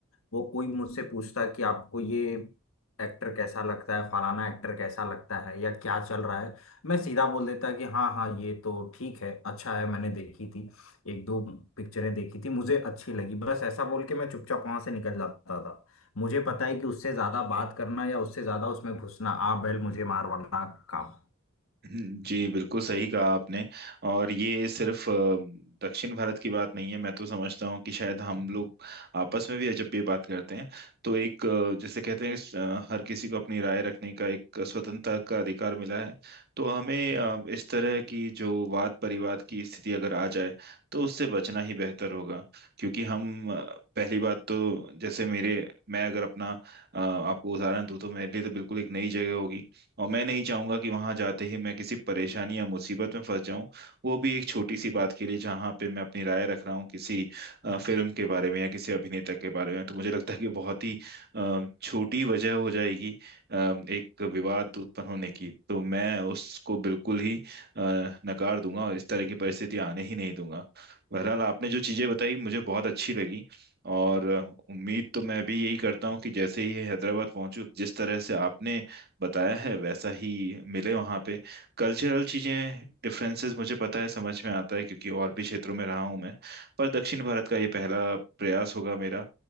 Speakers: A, on the left (about 80°); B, on the right (about 50°).
A: वो कोई मुझसे पूछता कि आपको ये एक्टर कैसा लगता है फलाना एक्टर कैसा लगता है या क्या चल रहा है मैं सीधा बोल देता कि हाँ हाँ ये तो ठीक है अच्छा है मैंने देखी थी एक दो पिक्चरें देखी थी मुझे अच्छी लगी बस ऐसा बोल के मैं चुपचाप वहां से निकल जाता था मुझे पता है कि उससे ज्यादा बात करना या उससे ज्यादा उसमें घुसना आ बैल मुझे मार वाला काम
B: <laughs> जी बिल्कुल सही कहा आपने और ये सिर्फ अ, दक्षिण भारत की बात नहीं है मैं तो समझता हूँ कि शायद हम लोग आपस में भी जब ये बात करते हैं तो एक अ, जैसे कहते हैं अ, हर किसी को अपनी राय रखने का एक स्वतंत्रता का अधिकार मिला है तो हमें अ, इस तरह की जो वाद परिवाद की स्थिति अगर आ जाए तो उससे बचना ही बेहतर होगा क्योंकि हम अ, पहली बात तो जैसे मेरे मैं अगर अपना अ, आपको उदाहरण दूं तो मेरे लिए तो बिल्कुल एक नई जगह होगी और मैं नहीं चाहूंगा कि वहां जाते ही मैं किसी परेशानी या मुसीबत में फंस जाऊं वो भी एक छोटी सी बात के लिए जहां पे मैं अपनी राय रख रहा हूँ किसी अ, फिल्म के बारे में या किसी अभिनेता के बारे में तो मुझे लगता है कि बहुत ही अ, छोटी वजह हो जाएगी अ, एक विवाद उत्पन्न होने की तो मैं उसको बिल्कुल ही अ, नकार दूंगा और इस तरह की परिस्थिति आने ही नहीं दूंगा बहरहाल आपने जो चीजें बताई मुझे बहुत अच्छी लगी और अ, उम्मीद तो मैं भी यही करता हूँ कि जैसे ही हैदराबाद पहुंचूं जिस तरह से आपने बताया है वैसा ही मिले वहाँ पे कल्चरल चीज़ें डिफरेंसेस मुझे पता है समझ में आता है क्योंकि और भी क्षेत्रों में रहा हूँ मैं पर दक्षिण भारत का ये पहला प्रयास होगा मेरा